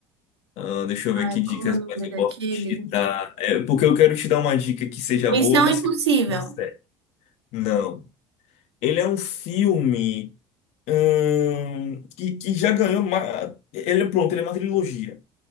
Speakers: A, on the left; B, on the right.
A: Ah, deixa eu
B: Ai,
A: ver que dicas
B: como é o
A: mais
B: nome
A: eu
B: daquele?
A: posso te dar. É, porque eu quero te dar uma dica que seja
B: Missão
A: boa, mas
B: Impossível.
A: que não serve. Não. Ele é um filme hum, que, que já ganhou uma. Ele é pronto, ele é uma trilogia.